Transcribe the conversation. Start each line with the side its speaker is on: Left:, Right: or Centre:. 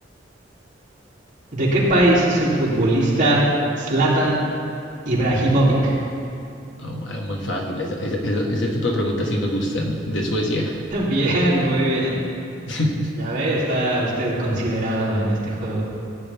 Right: ¿De qué país es el futbolista Zlatan Ibrahimovic?
Left: Oh, ah, muy fácil, esa- esa- esa- ese tipo de preguntas sí me gustan, de Suecia.
Right: <laughs> Bien, muy bien.
Left: <laughs>
Right: Ya ve, está usted considerado en este juego,